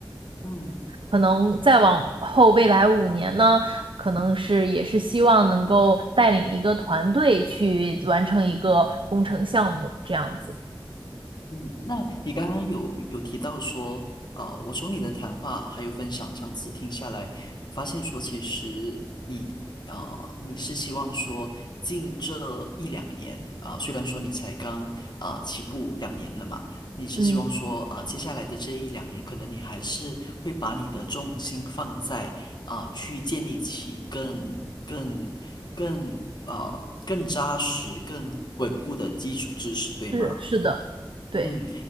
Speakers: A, on the left; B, on the right.
A: 嗯
B: 可能再往后未来五年呢，可能是也是希望能够带领一个团队去完成一个工程项目，这样子。
A: 嗯，那你刚刚有有提到说，啊、我从你的谈话还有分享这样子听下来，发现说其实你啊、呃你是希望说近这一两年啊、虽然说你才刚啊、起步两年了嘛，你是希望说啊、
B: 嗯
A: 接下来的这一两年，可能你还是会把你的重心放在啊、去建立起更更更呃更扎实、更稳固的基础知识，对吗？
B: 是是的，对
A: 嗯，